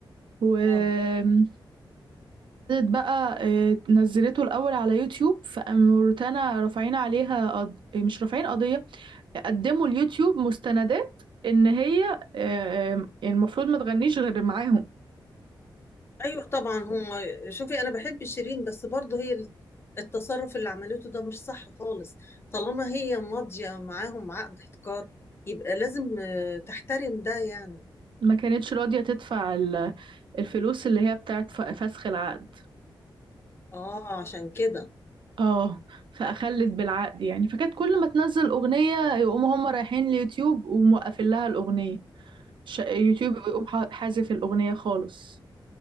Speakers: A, on the right (about 70°); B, on the left (about 30°).
A: وابتدت
B: اه
A: بقى آه، نزلته الاول على يوتيوب فالموريتانا رافعين عليها قض... آه، مش رافعين قضية قدموا اليوتيوب مستندات ان هي آه، آه، المفروض ما تغنيش غير معاهم
B: ايوه طبعا هم شوفي انا بحب شيرين بس برضه هي التصرف اللي عملته ده مش صح خالص طالما هي ماضيه معاهم عقد احتكار يبقى لازم آه، تحترم ده يعني
A: ما كانتش راضية تدفع ال- الفلوس اللي هي بتاعت ف- فسخ العقد
B: اه عشان كده
A: اه فأخلت بالعقد يعني فكانت كل ما تنزل أغنية يقوموا هم رايحين اليوتيوب وموقفين لها الأغنية ش- يوتيوب يقوم ح- حازف الأغنية خالص